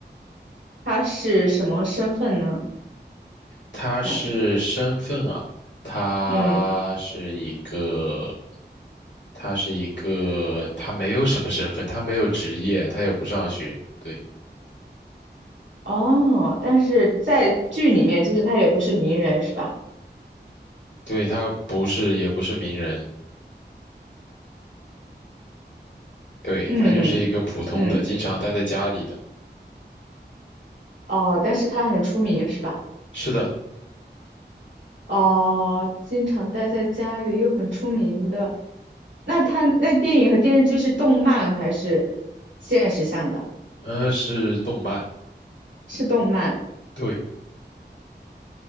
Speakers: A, on the right; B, on the left.
A: 他是什么身份呢？
B: 他是身份啊，
A: 想想，
B: 他是一个，
A: 嗯，
B: 他是一个，他没有什么身份，他没有职业，他也不上学，对，
A: 哦，但是在剧里面，就是他也不是名人，是吧？
B: 对，他不是，也不是名人，对，
A: 嗯嗯，
B: 他就是一个普通的，经常待在家里的。
A: 哦，但是他很出名，是吧？
B: 是的，
A: 哦，经常待在家里又很出名的，那他那电影和电视剧是动漫还是现实向的？
B: 呃，是动漫，
A: 是动漫
B: 对，